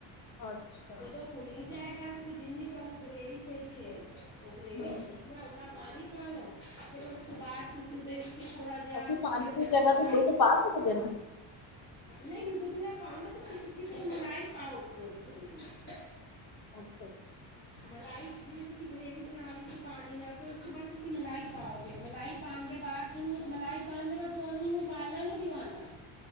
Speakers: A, on the left; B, on the left.
A: ਅੱਛਾ
B: ਜਦੋਂ ਭੁਨੀ ਜਾਏਗਾ ਤੁਸੀਂ ਜਿੰਨੀ ਤੁਹਾਨੂੰ ਗਰੇਵੀ ਚਾਹੀਦੀ ਹੈ ਉਹ ਗਰੇਵੀ
A: ਹਮ
B: ਉੱਤਨਾ ਉਨਾ ਪਾਣੀ ਪਾ ਲਓ ਫਿਰ ਉਸ ਤੋਂ ਬਾਅਦ ਤੁਸੀਂ ਉਹਦੇ ਵਿੱਚ ਥੋੜਾ ਜਿਹਾ
A: ਅਸੀਂ
B: ਕੀ
A: ਪਾਣੀ
B: ਕਹਿੰਦੇ
A: ਦੀ
B: ਨੇ
A: ਜਗ੍ਹਾ
B: ਮਲਾਈ
A: ਤੇ ਦੁੱਧ ਪਾ ਸਕਦੇ ਨੇ
B: ਨਹੀਂ ਦੁੱਧ ਨਾ ਪਾਨੀ ਤੁਸੀਂ-ਤੁਸੀਂ ਫਿਰ ਮਲਾਈ ਪਾਓ ਉੱਪਰੋ ਦੀ ਥੋੜੀ ਜਿਹੀ।
A: ਅੱਛਾ
B: ਮਲਾਈ ਜਿਵੇਂ ਤੁਸੀਂ ਗ੍ਰੇਵੀ ਬਣਾ ਲਿੱਤੀ ਪਾਨੀ ਨਾਲ ਫੇਰ ਉਸ ਤੋਂ ਬਾਅਦ ਤੁਸੀ ਤੁਸੀਂ ਮਲਾਈ ਪਾਓਗੇ ਮਲਾਈ ਪਾਨ ਦੇ ਬਾਅਦ ਥੋਨੋ ਮਲਾਈ ਪਾਨ ਦੇ ਬਾਅਦ ਤੁਹਾਨੂੰ ਉਹਨੂੰ ਉਬਾਲਾ ਨੀ ਦਿਵਾਨਾ।